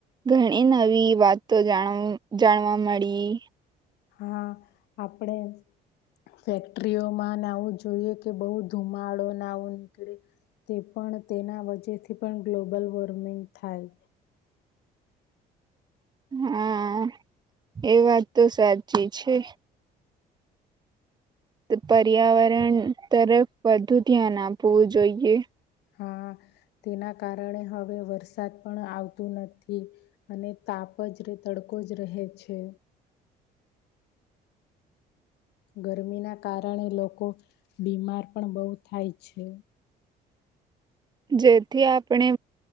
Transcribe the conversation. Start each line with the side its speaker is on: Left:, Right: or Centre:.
Right: ઘણી નવી વાતોણ જાણવા મળી
Left: હા આપડે ફેક્ટરીઓમાંને આવું જોઈએ કે બહુ ધુમાડો ના આવું નીકળે તે પણ પણ તેના વે થી પણ ગ્લોબલ વોર્મિંગ થાય
Right: હા એ વાત તો સાચી છે. તો પર્યાવરણ તરફ વધુ ધ્યાન આપવું જોઈએ
Left: હા તેના કારણે હવે વરસાદ પણ આવતું નથી અને તાપ કાપજ ર તડકો જ રહે છે. ગરમી ના કારણે લોકો બીમાર પણ બહુ થાય છે
Right: જેથી આપણે